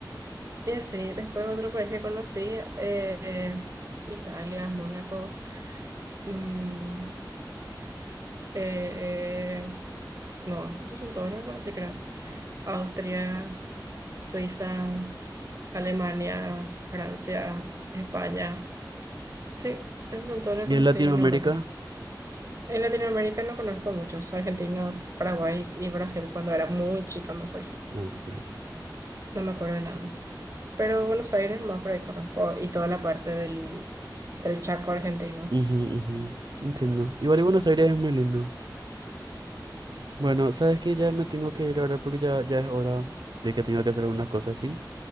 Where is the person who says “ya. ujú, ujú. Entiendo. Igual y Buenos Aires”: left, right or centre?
Right